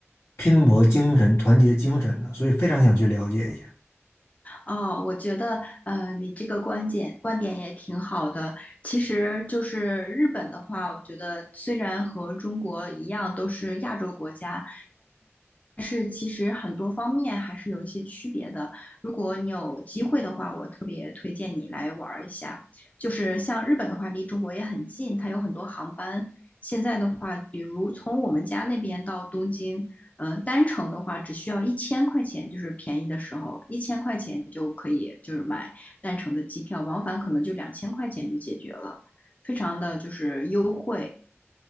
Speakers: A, on the left; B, on the left.
A: 拼搏精神、团结精神的，所以非常想去了解一下。
B: 哦，我觉得呃，你这个观点观点也挺好的。其实就是日本的话，我觉得虽然和中国一样都是亚洲国家，但是其实很多方面还是有一些区别的。如果你有机会的话，我特别推荐你来玩儿一下。就是像日本的话，离中国也很近，它有很多航班。现在的话，比如从我们家那边到东京，嗯、单程的话只需要一千块钱，就是便宜的时候，一千块钱就可以就是买单程的机票，往返可能就两千块钱就解决了，非常的就是优惠。